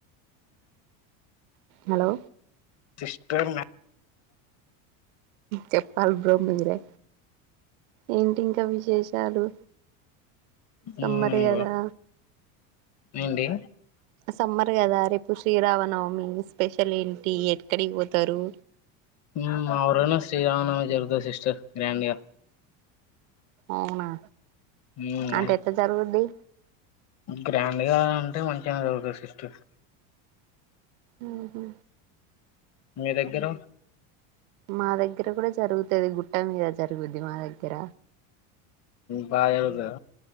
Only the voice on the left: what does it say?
ఇష్టమే
మ్మ్
ఏంటి
హ్మ్మ్ ఎవురన్న శ్రీరామనామ నవ జరుగుతాది సిస్టర్ గ్రాండ్గా
హ్మ్మ్
గ్రాండ్గా అంటే మంచి హ ఒకే సిస్టర్
మీ దగ్గర
బా జరుగుతాదా